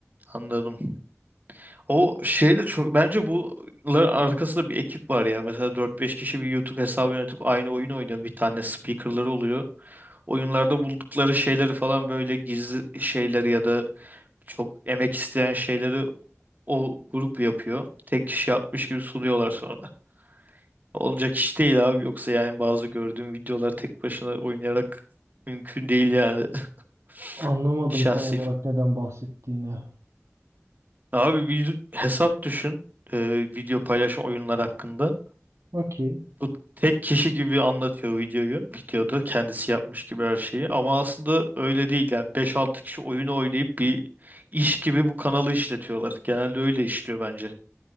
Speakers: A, on the right; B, on the right.
A: anladım. O şey de çok bence bunların arkasında bir ekip var ya. Mesela dört beş kişi bir YouTube hesabı yönetip aynı oyun oynuyor. Bir tane speakerları oluyor. Oyunlarda buldukları şeyleri falan böyle gizli şeyleri ya da çok emek isteyen şeyleri o grup yapıyor. Tek kişi yapmış gibi sunuyorlar sonra. Olacak iş değil abi. Yoksa yani bazı gördüğüm videolar tek başına oynayarak mümkün değil yani. <laughs>
B: Anlamadım
A: Şahsi.
B: tam olarak
A: fi-
B: neden bahsettiğini.
A: Abi bir hesap düşün. e, video paylaşım oyunlar hakkında.
B: Okey.
A: Bu tek kişi gibi anlatıyor videoyu. Videoda kendisi yapmış gibi her şeyi. Ama aslında öyle değil yani. beş altı kişi oyunu oynayıp bir iş gibi bu kanalı işletiyorlar. Genelde öyle işliyor bence.